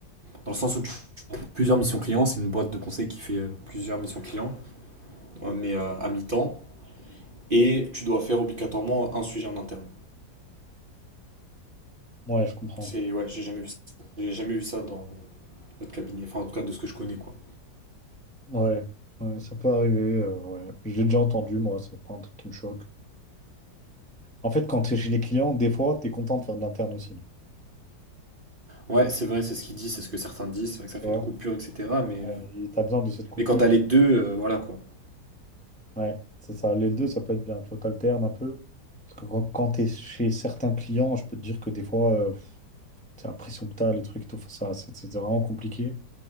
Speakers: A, on the right; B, in the centre.
A: Dans le sens où tu fais plusieurs missions clients, c'est une boîte de conseil qui fait euh, plusieurs missions clients, euh, mais euh, à mi-temps, et tu dois faire obligatoirement un sujet en interne.
B: Ouais, je comprends.
A: C'est ouais, j'ai jamais vu ça. J'ai jamais vu ça dans notre cabinet. Enfin, en tout cas, de ce que je connais, quoi.
B: Ouais, ouais, ça peut arriver. euh, ouais. J'ai déjà entendu, moi, c'est pas un truc qui me choque. En fait, quand tu es chez les clients, des fois, tu es content de faire de l'interne aussi.
A: Ouais, c'est vrai, c'est ce qu'il dit, c'est ce que certains disent. C'est vrai que
B: Tu
A: ça fait
B: vois?
A: une coupure, etc. Mais,
B: Ouais,
A: euh,
B: et t'as besoin de cette coupure.
A: mais quand t'as les deux, euh, voilà, quoi.
B: Ouais, c'est ça. Les deux, ça peut être bien. Tu vois, t'alternes un peu. Parce que quand, quand t'es chez certains clients, je peux te dire que des fois, euh, pff, t'as l'impression que t'as les trucs et tout. Enfin, ça, c'est c'est vraiment compliqué.